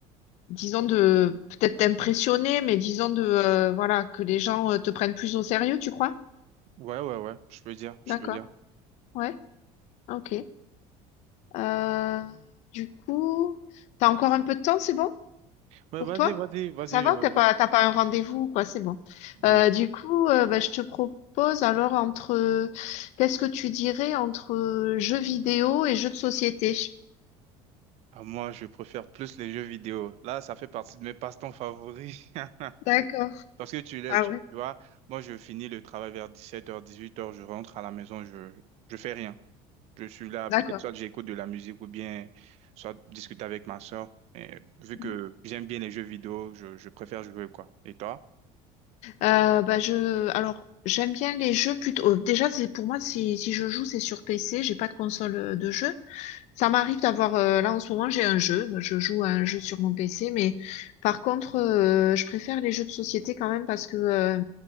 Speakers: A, on the left; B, on the right.
A: disons, de peut-être t'impressionner, mais disons de, euh, voilà, que les gens euh, te prennent plus au sérieux, tu crois?
B: Ouais, ouais, ouais, je peux dire, je
A: D'accord.
B: peux dire.
A: Ouais. Ok. Euh, du coup, t'as encore un peu de temps, c'est bon?
B: Ouais,
A: Pour
B: vas-y,
A: toi?
B: vas-y, vas-y.
A: Ça va?
B: euh,
A: T'as pas, t'as pas un rendez-vous, ou quoi, c'est bon.
B: hmm.
A: Euh, du coup, euh, bah, je te propose alors entre, qu'est-ce que tu dirais entre euh, jeux vidéo et jeux de société?
B: Ah, moi, je préfère plus les jeux vidéo. Là, ça fait partie de mes passe-temps favoris. <laughs>
A: D'accord.
B: Parce que tu l'as,
A: Ah
B: tu,
A: ouais,
B: tu vois, moi, je finis le travail vers 17h, 18h, je rentre à la maison, je, je fais rien. Je suis là,
A: d'accord.
B: peut-être soit j'écoute de la musique ou bien soit discuter avec ma soeur. Mais vu que
A: Mhm.
B: j'aime bien les jeux vidéo, je, je préfère jouer quoi. Et toi?
A: Euh, bah, je, alors, j'aime bien les jeux plutôt, euh, déjà, c'est, pour moi, si, si je joue, c'est sur PC, j'ai pas de console euh, de jeu. Ça m'arrive d'avoir, euh, là en ce moment j'ai un jeu, je joue à un jeu sur mon PC, mais par contre euh, je préfère les jeux de société quand même parce que euh,